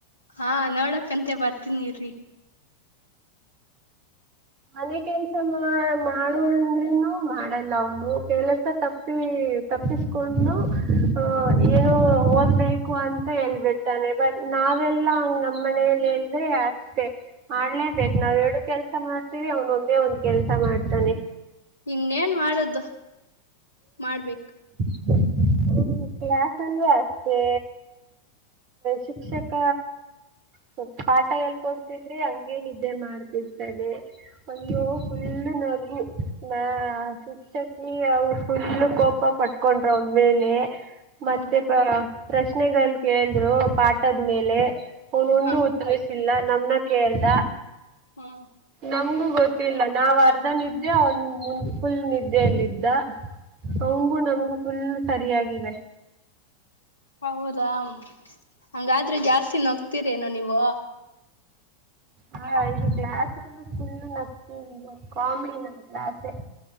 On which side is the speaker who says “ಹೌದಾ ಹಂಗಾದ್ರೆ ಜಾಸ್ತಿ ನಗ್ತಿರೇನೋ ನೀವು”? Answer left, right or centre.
Left